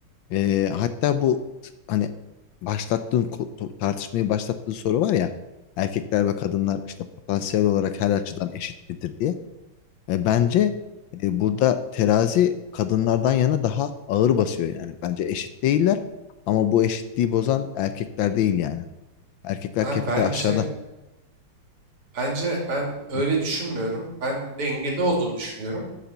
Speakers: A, on the left (about 70°); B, on the right (about 80°).
A: e, hatta bu hani başlattığın ko- to- tartışmayı başlattığın soru var ya erkekler ve kadınlar işte potansiyel olarak her açıdan eşit midir diye. E, bence e, burada terazi kadınlardan yana daha ağır basıyor yani. Bence eşit değiller ama bu eşitliği bozan erkekler değil yani. Erkekler
B: Abi
A: kefede
B: bence
A: aşağıda.
B: bence ben öyle
A: Hı,
B: düşünmüyorum. Ben dengede olduğunu düşünüyorum.